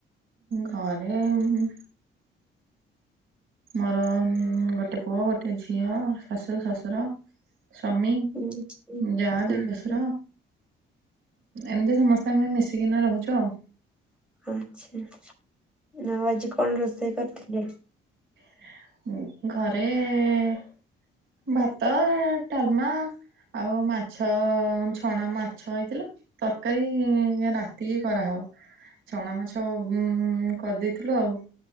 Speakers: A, on the right; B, in the centre.
A: ଘରେ ଉଁ-ମ୍ ମୋର ଗୋଟେ, ପୁଅ ଗୋଟେ ଝିଅ, ଶାଶୁ ଶଶୁର ସ୍ୱାମୀ,
B: ହୁଁ
A: ଯାଆ,
B: ହୁଁ।
A: ଦେଢୁଶୁର ଏମତି ସମସ୍ତେ ଆମେ ମିଶିକିନା ରହୁଚୁ ଆଉ।
B: ଆଚ୍ଛା ଆଉ ଆଜି କଣ ରୋଷେଇ କରିଥିଲେ?
A: ଘରେ-ଏ-ଏ ଭାତ, ଡାଲମା ଆଉ ମାଛ ଅ ଛଣା ମାଛ ହେଇଥିଲା। ତର୍କାରୀ-ଇଁ-ଇଁ-ରାତିିକି କରାହବ। ଛଣା ମାଛ -ବୁଂ-ବୁଂ-କରିଦେଇଥିଲୁ ଆଉ।